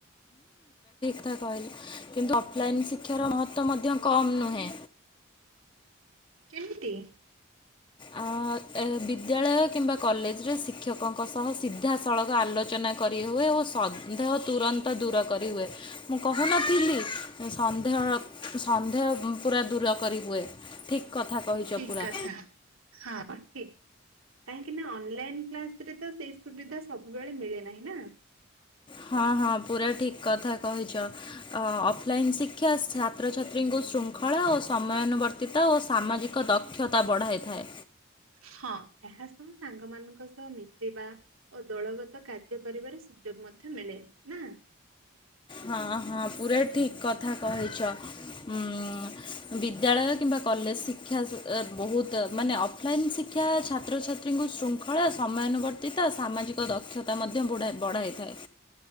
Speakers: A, on the left; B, on the right.
A: ଥା କହିଲ କିନ୍ତୁ ଅଫଲାଇନ ଶିକ୍ଷାର ମହତ୍ବ ତ୍ୱ ମଧ୍ୟ କମ୍ ନୁହେଁ।
B: କେମିତି।
A: ଆ ଏ ବିଦ୍ୟାଳୟ କିମ୍ବା କଲେଜରେ ଶିକ୍ଷକଙ୍କ ସହ ସିଧା। ସଳଖ ଆଲୋଚନା କରିହୁଏ ଓ ସନ୍ଦେହ ତୁରନ୍ତ ଦୂର କରିହୁଏ ମୁଁ କହୁନଥିଲି ସନ୍ଦେହ ସନ୍ଦେହ ପୁରା ଦୂର କରିହୁଏ ଠିକ୍। କଥା କହିଛ
B: ଠିକ
A: ପୁରା।
B: କଥା ହଁ ଠିକ କାହିଁକି ନା ଅନଲାଇନ କ୍ଲାସରେ ତ ସେଇ ସୁବିଧା ସବୁବେଳେ ମିଳେ ନାହିଁ ନା।
A: ହଁ ହଁ ପୁରା ଠିକ୍ କଥା କହିଛ ଅ ଅଫଲାଇନ୍ ଶିକ୍ଷା ଛାତ୍ରଛାତ୍ରୀଙ୍କୁ ଶୃଙ୍ଖଳା ଓ ସମୟାନୁବର୍ତ୍ତିତା ଓ ସାମାଜିକ ଦକ୍ଷତା ବଢ଼ାଇଥାଏ।
B: ହଁ ଏହା ସହ ସାଙ୍ଗମାନଙ୍କ ସହ ମିଶିବା ଓ ଦଳଗତ କାର୍ଯ୍ୟ କରିବାର ସୁଯୋଗ ମଧ୍ୟ ମିଳେ ନା।
A: ହଁ ହଁ ପୁରା ଠିକ କଥା କହିଛ ଉମ ବିଦ୍ୟାଳୟ କିମ୍ବା କଲେଜ ଶିକ୍ଷା ଅ ବହୁତ ମାନେ ଅଫଲାଇନ୍ ଶିକ୍ଷା ଛାତ୍ରଛାତ୍ରୀଙ୍କୁ ଶୃଙ୍ଖଳା ସମୟାନୁବର୍ତ୍ତ ତିତା ସାମାଜିକ ଦକ୍ଷତା ମଧ୍ୟ ମଧ୍ୟ ବୁଡ଼ା ବଢ଼ାଇଥାଏ।